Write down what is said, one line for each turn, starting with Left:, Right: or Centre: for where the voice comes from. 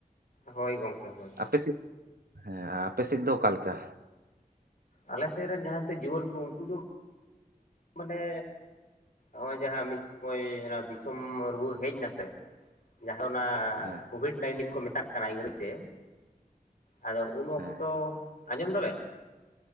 Left: ᱦᱚᱭ ᱜᱚᱝᱠᱮ ᱦᱚᱭ ᱾
Right: ᱟᱯᱮᱥᱮᱫ, ᱦᱮᱸ ᱟᱯᱮᱥᱮᱫ ᱫᱚ ᱚᱠᱟ ᱞᱮᱠᱟ?
Left: ᱟᱞᱮ ᱥᱮᱫ ᱨᱮᱱ ᱡᱟᱦᱟᱸᱭ ᱛᱮ ᱡᱩᱣᱟᱹᱱ ᱠᱚ ᱩᱱᱠᱩ ᱫᱚ, ᱢᱟᱱᱮᱼᱼ ᱱᱚᱜ-ᱚᱭ ᱡᱟᱦᱟᱸ ᱢᱤᱫ ᱥᱚᱢᱚᱭ ᱚᱱᱟ ᱫᱤᱥᱚᱢ ᱨᱩᱣᱟᱹᱲ ᱦᱮᱡ ᱱᱟ ᱥᱮᱼᱼ ᱡᱟᱦᱟᱸ ᱚᱱᱟ
Right: ᱦᱮᱸ
Left: ᱠᱳᱵᱷᱤᱰ ᱱᱟᱭᱤᱱᱴᱤᱱ ᱠᱚ ᱢᱮᱛᱟᱜ ᱠᱟᱱᱟ ᱤᱝᱨᱮᱡᱤ ᱛᱮ, ᱟᱫᱚᱼᱼ ᱩᱱ ᱚᱠᱛᱚ,
Right: ᱦᱮᱸ
Left: ᱟᱸᱡᱚᱢ ᱫᱟ ᱵᱮᱱ?